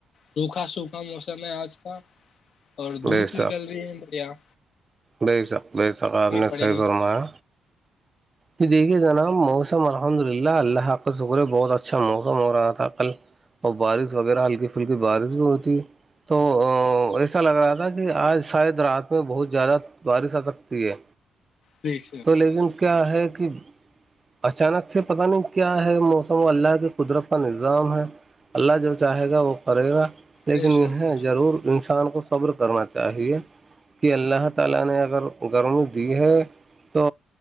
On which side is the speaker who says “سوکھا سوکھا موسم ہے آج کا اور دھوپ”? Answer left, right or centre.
Left